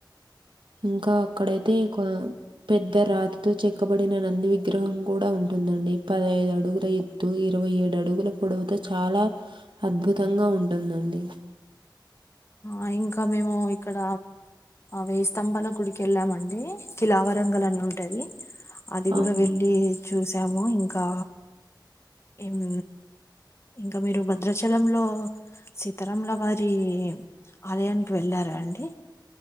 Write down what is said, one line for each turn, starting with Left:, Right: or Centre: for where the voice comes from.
Right: ఇంకా అక్కడైతే పెద్ద రాతితో చెక్క చేక్కబడిన నంది విగ్రహం కూడా ఉంటుందండి పదహైదు అడుగుల ఎత్తు ఇరవై ఏడు అడుగుల పొడవుతో చాలా అద్భుతంగా ఉంటుంది అండి
Left: ఆ ఇంకా మేము ఇక్కడ వేయి స్తంభాల గుడికి వెళ్ళామండి కిలా వరంగల్ అని ఉంటది అది కూడా
Right: అవును.
Left: వెళ్ళి చూసాము ఇంకా ఎమ్ ఇంకా మీరు భద్రాచలంలో సీతారాముల వారి ఆలయానికి వెళ్ళారా అండి